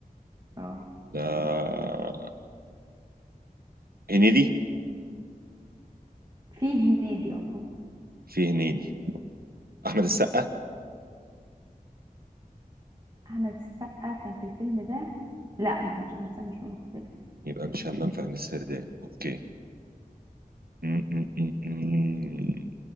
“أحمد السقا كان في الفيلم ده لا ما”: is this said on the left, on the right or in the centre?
Right